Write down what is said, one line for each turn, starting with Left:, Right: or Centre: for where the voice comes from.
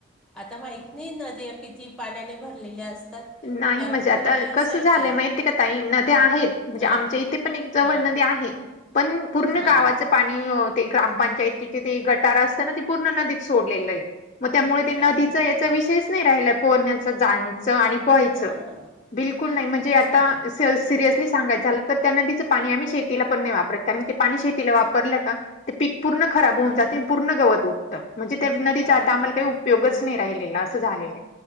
Centre: आता माहत नाही नद्या किती पाण्याने भरलेल्या असतात
Left: नाही
Centre: कारण
Left: म्हणजे
Centre: पूर्वी
Left: आता
Centre: असायच्या
Left: कसं झालंय माहिती का ताई नद्या आहेत म्हणजे
Centre: हां
Left: आमच्या इथे पण जवळ
Centre: हां
Left: नदी आहे पण पूर्ण
Centre: हां
Left: गावा पाणी ते ग्रामपंचायतीचे ते गटारा असत ना ते पूर्ण नदीत सोडलेलं आहे मग त्यामुळे ते नदीचा
Centre: अरे बापरे
Left: याचा विषयच नाही राहिला पोरण्याच जाण्याच आणि वहायचं
Centre: हां
Left: बिलकुल नाही म्हणजे
Centre: अच्छा
Left: आता सिरियसली सांगायचं झालं तर त्यांना तिचं पाणी आम्ही शेतीला पण नाही वापरत कारण ते पाणी शेतीला वापरलं का ते पीक पूर्ण खराब होऊन
Centre: अरे
Left: जाते आणि पूर्ण गवत उगतं म्हणजे ते नदी
Centre: बा-
Left: जात
Centre: अरे
Left: आम्हाला
Centre: बापरे
Left: काही उपयोगच नाही राहिलेलं असं झालेलं आहे